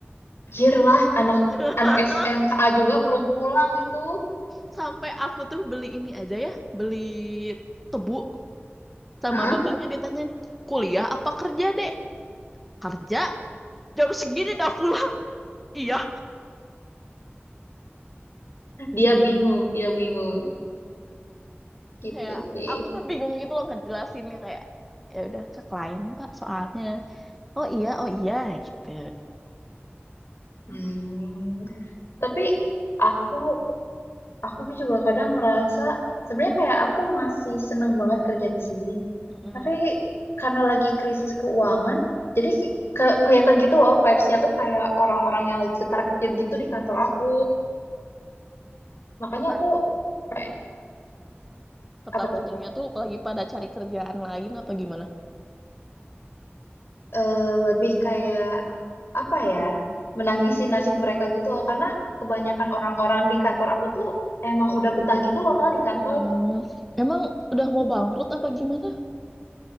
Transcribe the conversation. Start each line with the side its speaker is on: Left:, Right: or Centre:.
Left: Anjir lah, anak
Centre: <laughs>
Left: anak SMA juga belum pulang gitu.
Centre: sampai aku tuh beli ini aja ya beli tebu sama
Left: Heeh,
Centre: bapaknya ditanyain kuliah apa kerja dek kerja jam segini udah pulang iya
Left: Dia bingung, dia bingung. Gitu
Centre: kayak
Left: sih.
Centre: aku tuh bingung gitu loh ngejelasinnya kayak ya udah ke klien pak soalnya oh iya oh iya gitu
Left: Hmm. Tapi aku aku juga kadang merasa sebenarnya kayak aku masih seneng banget kerja di sini.
Centre: mm
Left: Tapi karena lagi krisis keuangan, jadi ke- kelihatan gitu loh vibes-nya tuh kayak orang-orang yang lagi ketar-ketir gitu di kantor aku. Makanya
Centre: ketar
Left: aku kayak
Centre: ketar
Left: apa tuh?
Centre: ketarnya tuh apalagi pada cari kerjaan lain apa gimana <laughs>
Left: Eh, lebih kayak apa ya? Menangisi nasib mereka gitu loh karena kebanyakan orang-orang di kantor aku tuh emang udah betah gitu loh di kantor.
Centre: Hmm, emang udah mau bangkrut apa gimana?